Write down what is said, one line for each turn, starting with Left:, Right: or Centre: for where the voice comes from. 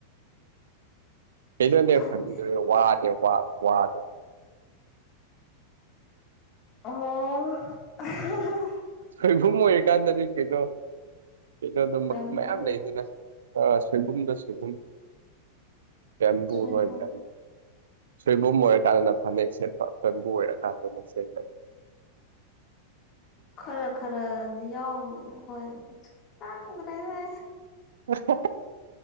Right: ꯀꯩꯗꯅꯦ
Left: ꯈꯟꯗꯦ
Right: ꯐ ꯋꯥꯅꯦ ꯋꯥ ꯋꯥꯗ
Left: ꯑꯣ
Right: ꯈꯣꯏꯕꯨꯝ ꯑꯣꯏꯔꯤꯀꯥꯟꯗꯗꯤ ꯀꯩꯅꯣ ꯀꯩꯅꯣ ꯑꯗꯨꯝ
Left: ꯕꯦꯝꯕꯨ
Right: ꯃꯌꯥꯝ ꯂꯩ ꯑꯗꯨꯅ ꯑ ꯁꯤꯜꯚꯨꯝꯗ ꯁꯤꯜꯚ ꯦꯝꯄꯕꯨ
Left: ꯁꯣꯏꯕꯨꯝ
Right: ꯍꯣꯏ ꯦꯝ ꯁꯣꯏꯕꯨꯝ ꯑꯣꯏꯔꯀꯥꯟꯗꯅ ꯐꯅꯦꯛ ꯁꯦꯠꯄ ꯑꯀꯟꯕꯨ ꯑꯣꯏꯔꯀꯥꯟꯗꯅ ꯁꯦꯠꯂꯅꯤ
Left: ꯈꯔ ꯈꯔꯗꯤ ꯌꯥꯎ ꯍꯣꯏ ꯆꯥꯡꯗ꯭ꯔꯦꯅꯦ
Right: ꯎꯝ